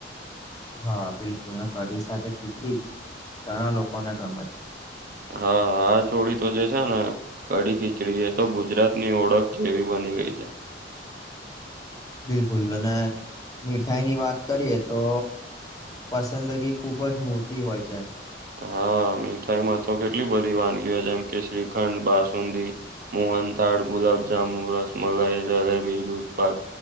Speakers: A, on the left; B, on the right.
A: હા બિલકુલ કડી સાથે ખીચરી ઘણા લોકોને ગમે છે,
B: હા હા જોડી તો જે છે ને, કડી ખીચડી એ તો ગુજરાત ની ઓળખ જેવી બની ગઈ છે,
A: બિલકુલ અને મીઠાઈ ની વાત કરીએ તો, પસંદગી ખુબ જ મોટી હોય છે.,
B: હા મીઠાઈમાં તો કેટલી બધી વાનગીઓ હોય જેમ કે શ્રીખંડ બાસુંદી મોહન થાળ ગુલાબ જામુ રસમલાઈ જલેબી દદૂધપાક,